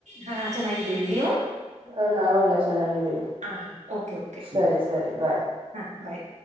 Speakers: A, on the right; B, on the right.
A: ಹಾ ಚೆನ್ನಾಗಿದ್ದೀವಿ ನೀವು.
B: ಹ ನಾವು ಎಲ್ಲಾ ಚೆನ್ನಾಗಿದ್ದೀವಿ.
A: ಹಾ ಹಾ ಓಕೆ ಓಕೆ
B: ಸರಿ ಸರಿ ಬಾಯ್.
A: ಹಾ ಬಾಯ್.